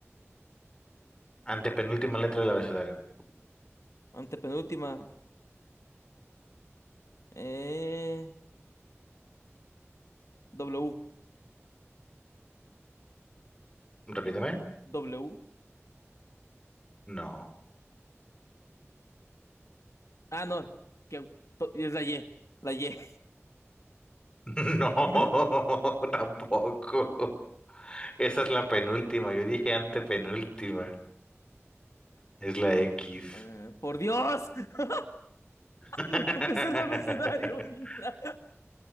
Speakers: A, on the left; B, on the left.
A: Antepenúltima letra del abecedario.
B: Antepenúltima. Eh, W.
A: Repíteme.
B: W.
A: No.
B: Ah, no. Que to- es la Y. La Y.
A: <laughs> No,
B: <laughs>
A: tampoco. Esa es la penúltima. Yo dije antepenúltima. Es la X.
B: Ah, por Dios. <laughs>
A: <laughs>
B: No me el abecedario, mira.